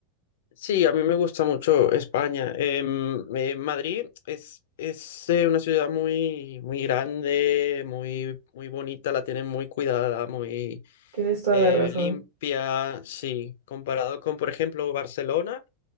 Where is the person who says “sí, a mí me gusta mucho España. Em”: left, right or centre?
Left